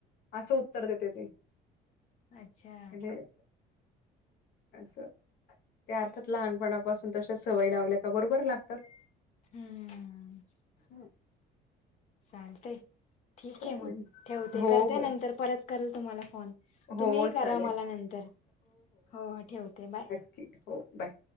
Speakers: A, on the left; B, on the left.
A: असं उत्तर देते ती....
B: अच्छा
A: म्हणजे. असं त्या अर्थात लहानपणापासून तशा सवय लावल्या का बरोबर लागतात.
B: हम्म
A: हं,
B: चालतय. ठीक
A: चालेल.
B: आहे मग ठेवते
A: हो,
B: करते
A: हो.
B: नंतर परत करेल तुम्हाला फोन,
A: हो,
B: तुम्ही करा
A: चालेल.
B: मला नंतर हो ठेवते बाय.
A: क हो बाय.